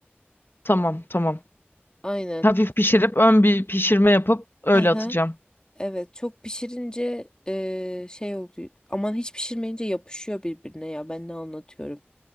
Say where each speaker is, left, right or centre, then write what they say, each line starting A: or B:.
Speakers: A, on the left (about 60°); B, on the left (about 20°).
A: tamam tamam.
B: Aynen.
A: Hafif pişirip ön bir pişirme yapıp öyle
B: Hı hı.
A: atacağım.
B: Evet çok pişirince e, şey oluyor. Aman hiç pişirmeyince yapışıyor birbirine ya ben ne anlatıyorum.